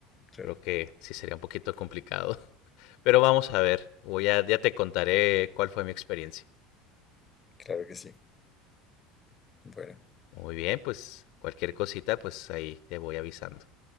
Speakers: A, on the left; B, on the left.
A: Claro,
B: Creo que sí sería un poquito complicado. <laughs> Pero vamos a ver. Voy a, ya te contaré cuál fue mi experiencia.
A: claro que sí. Bueno,
B: Muy bien, pues cualquier cosita, pues ahí te voy avisando.